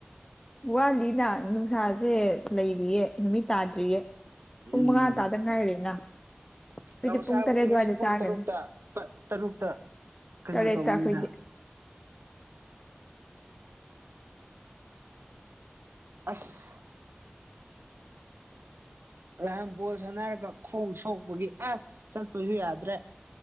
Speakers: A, on the left; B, on the right.
A: ꯋꯥꯠꯂꯤꯅ ꯅꯨꯡꯁꯥꯁꯦ ꯂꯩꯔꯤꯌꯦ ꯅꯨꯃꯤꯠ ꯇꯥꯗ꯭ꯔꯤꯌꯦ꯫ ꯄꯨꯨꯝꯃꯉꯥ
B: ꯎꯝ
A: ꯇꯥꯗ ꯉꯥꯏꯔꯤꯅ꯫ ꯑꯩꯈꯣꯏꯗꯤ
B: ꯅꯨꯡꯁꯥꯕꯨꯗꯤ
A: ꯄꯨꯡ ꯇꯔꯦꯠ ꯑꯗꯨꯋꯥꯏꯗ
B: ꯍꯣꯔꯦꯟ ꯄꯨꯡ
A: ꯆꯥꯒꯅꯤ
B: ꯇꯔꯨꯛꯇ ꯇꯔꯨꯛꯇ ꯀꯩꯅꯣ
A: ꯇꯔꯦꯠꯇ
B: ꯇꯧꯕꯅꯤꯗ꯫
A: ꯑꯩꯈꯣꯏꯗꯤ
B: ꯑꯁ꯫ ꯂꯥꯟ ꯕꯣꯜ ꯁꯥꯟꯅꯔꯒ ꯈꯣꯡ ꯁꯣꯛꯄꯒꯤ ꯑꯁ ꯆꯠꯄꯁꯨ ꯌꯥꯗ꯭ꯔꯦ꯫